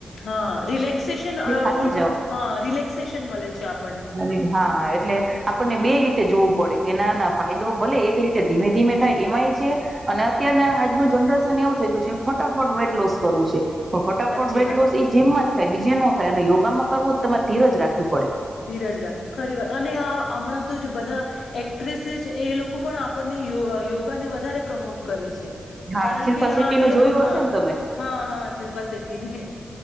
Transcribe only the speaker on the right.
થાકી
અરે હા. એટલે આપણને બે રીતે જોવું પડે કે નાના ફાયદો ભલે એક રીતે ધીમે ધીમે થાય એમાંય છે. અને અત્યને આજનું જનરેશ એવું થઈ ગયું છે ફટાફટ વેટ લોસ કરવું છે. તો ફટાફટ
બેટલો
જીમમાં. થાય બીજે ન થાય અને યોગામાં કરવું તો તમારે ધીરજ રાખવી પડે.
હા
શિલ્પા
શેટ્ટી
નું
જોયું
હશે ને તમે